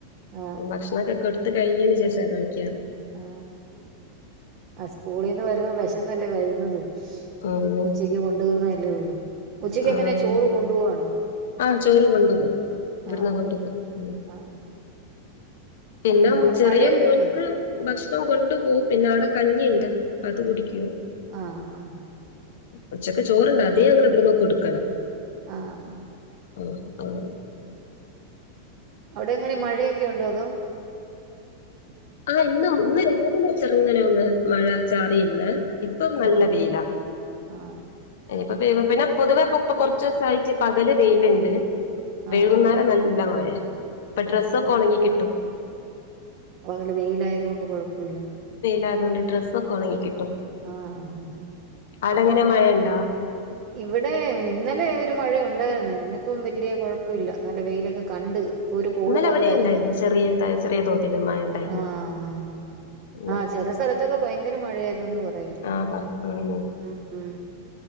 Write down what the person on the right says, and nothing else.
ആ
ആ ആ സ്കൂളീന്ന് വരുമ്പോ വിശന്നല്ലേ വര നത്
ഉച്ചയ്ക്ക് കൊണ്ടുവന്ന അല്ലേ ഉള്ളൂ ഉച്ചക്ക്
എങ്ങനെ ചോറ് കൊണ്ടുപോവാണോ
ആ
ആ ആ.
അവിടെ
മഴയൊക്കെ
ഉണ്ടോ
അ ആ
ആ ആ
അവിടെ എങ്ങനെ മഴയൊക്കെ ഉണ്ടോ അതോ
ആ
ആ
ആ
ആ
നല്ല വെയിലായത് കൊണ്ട് കുഴപ്പവില്ല
ആ ആ ആ
ഇവിടെ ഇന്നലെ ഒരു മഴ ഉണ്ടായിരുന്നു ഇന്നിപ്പം വലിയ കുഴപ്പവില്ല നല്ല വെയിലൊക്കെ കണ്ട് ഇപ്പൊ ഒരു കോള്
പോലെ
വരുന്ന്
ആ ആ
ആ ചെല സ്ഥലത്തൊക്കെ ഭയങ്കര മഴയായിരുന്നന്ന് പറയുന്നു
ഉം ഉം